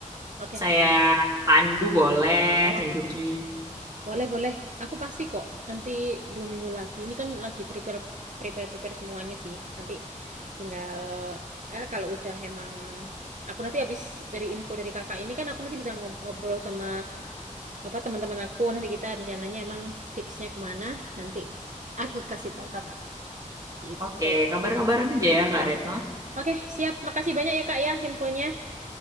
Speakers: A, on the right; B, on the right.
A: Oke.
B: saya pandu boleh
A: Oh,
B: tunjukin.
A: boleh boleh. Aku pasti kok. Nanti dua minggu lagi. Ini kan lagi prepare prepare prepare semuanya sih. Nanti tinggal eh kalau udah emang aku nanti habis dari info dari kakak ini kan aku nanti bisa ngob- ngobrol sama apa teman-teman aku nanti kita rencananya emang fixnya kemana nanti aku kasih tahu kakak gitu
B: Oke, kabar-kabaran aja ya Kak
A: ya
B: Retno.
A: oke siap makasih banyak ya kak ya infonya